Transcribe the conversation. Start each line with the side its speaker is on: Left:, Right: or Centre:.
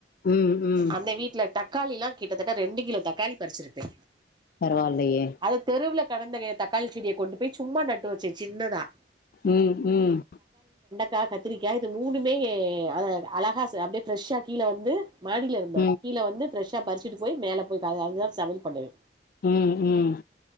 Left: ம் ம்
Right: அந்த வீட்ல தக்காளி எல்லா கிட்டத்தட்ட ரெண்டு கிலோ தக்காளி பறிச்சிருப்பே
Left: பரவால்லையே
Right: அது தெருவுல கடந்த தக்காளி செடியை கொண்டு போய் சும்மா நட்டு வச்சேன் சின்னதான்
Left: ம் ம்
Right: கா கத்திரிக்காய் இது மூணுமே அழகா அப்டியே ஃப்ரஷ்ஷா கீழ வந்து மாடி தோ
Left: ம்
Right: கீழ வந்து ஃபிரெஷ்ஷா பறிச்சிட்டு போய் மேல போய் அதுதா சமையல் பண்ணுவ
Left: ம் ம்